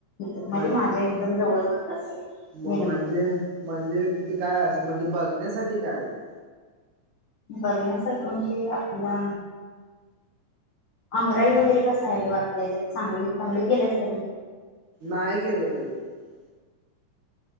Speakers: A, on the left; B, on the right.
A: इथं, म्हणजे
B: म्हण
A: माझ्या एकदम जवळ म्हटलं अस
B: म
A: निगडित.
B: म्हणजे म्हणजे तिथं काय अस, म्हणजे बघण्यासाठी काय आहे तिथं?
A: बघण्या सारख म्हणजे, आपला आमराई वगैरे कसं आहे बघ आपल्या हच्यात चांगली चांगले गेल्यास कधी?
B: नाही गेलो कधी. तिकडे